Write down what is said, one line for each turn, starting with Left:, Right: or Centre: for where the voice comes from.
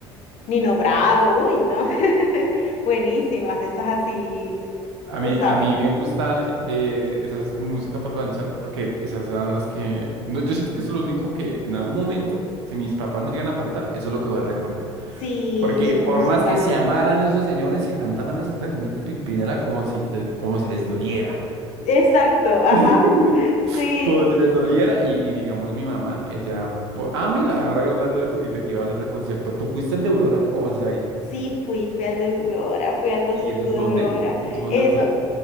Left: Nino Bravo, uy, ¿no? <laughs> Buenísimas, de esas así,
Right: A mí,
Left: tú sabes.
Right: a mí me gusta eh, esas músicas para planchar porque esas son las que... no, yo siento que eso es lo único que en algún momento, si mis papás me llegan a faltar, eso es lo que voy a recordar.
Left: Sí,
Right: Porque
Left: su
Right: por
Left: música.
Right: más que se amaran esos señores, se cantaban esas canciones de Pimpinela como si, se- como si les doliera.
Left: Exacto, ajá.
Right: <laughs>
Left: Sí,
Right: Como si les doliera. Y, y digamos, mi mamá, ella... po- Ah, mira, ahora hablando de... co- Y te iba a hablar de concierto. ¿Tú fuiste el de Aurora o vas a ir?
Left: sí, fui, fui al de Aurora, fui al concierto
Right: ¿Y eso dónde?
Left: de Aurora.
Right: ¿Y eso dónde
Left: Eso,
Right: fue?